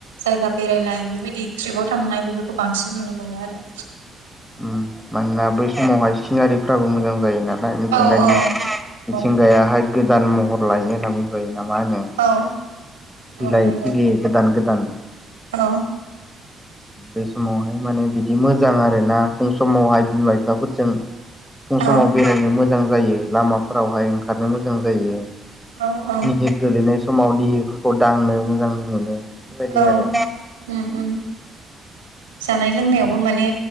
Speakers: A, on the right; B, in the centre.
A: जायगा बेरायनाय बेबायदि थ्रिबाव थांनाय बेफोरखौ बांसिन नुनो मोनो आरो
B: उम माने दा बै समावहाय सिनारिफ्राबो मोजां जायो नालाय मिथिंगानि
A: औ औ
B: मिथिंगायाहाय
A: औ
B: गोदान महर लायो होनना बुंजायो ना मा होनो
A: औ
B: बिलाइ
A: औ नंगौ
B: खिलियो गोदान गोदान
A: औ
B: बेै समावहाय माने बिदि मोजां आरोना फुं समावहाय बिमा बिफाफोरजों फुं
A: औ
B: समाव बेरायनो मोजां जायो लामाफोरावहाय ओंखारनो मोजां जायो
A: औ औ
B: निहिर गोलैनाय समाव निहिरफोरखौ दांनो मोजां मोनो बेफोरबायदि
A: औ ओ
B: आरो
A: ओ
B: <inaudible>
A: जानाय लोंनायावबो माने